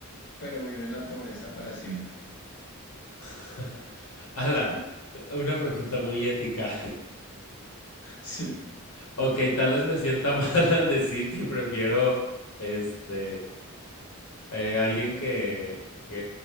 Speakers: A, on the left; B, on the left.
A: pero vive en la pobreza para siempre?
B: <laughs> Ala,
A: <laughs>
B: una pregunta muy ética.
A: Sí,
B: Ok, tal vez me sienta mal <laughs> al decir que prefiero, este, eh, alguien que, que